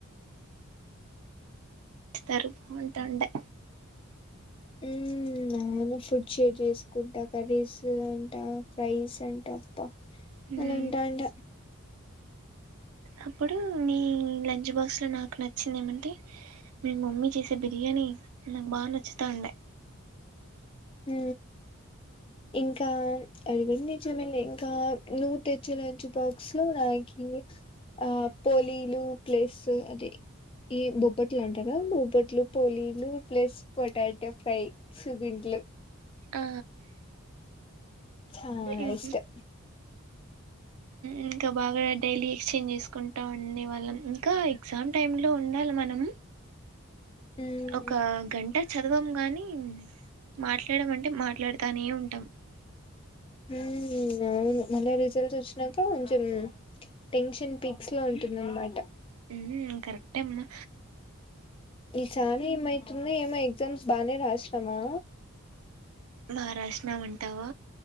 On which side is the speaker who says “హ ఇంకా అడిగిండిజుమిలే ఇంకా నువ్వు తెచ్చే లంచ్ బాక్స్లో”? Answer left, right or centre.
Left